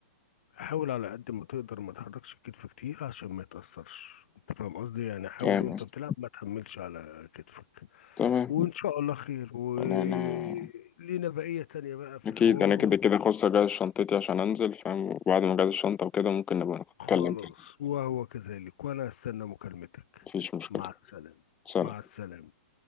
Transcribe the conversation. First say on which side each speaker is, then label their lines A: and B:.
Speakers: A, on the left; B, on the left.
A: حاول على قد ما تقدر ما تحركش الكتف كتير عشان ما يتأثرش أنت فاهم قصدي يعني حاول
B: فاهم
A: وأنت
B: قصدي
A: بتلعب ما تحملش على كتفك
B: تمام
A: وإن شاء الله خير ولينا
B: والله انا
A: بقية تانية بقى في
B: أكيد
A: الحوار
B: أنا كده كده خلاص أجهز شنطتي عشان أنزل فاهم وبعد ما أجهز الشنطة وكده ممكن نبقى نتكلم
A: وخلاص
B: تاني
A: وهو كذلك وأنا أستنى مكالمتك
B: مفيش مشكلة
A: مع السلامة
B: سلام
A: مع السلامة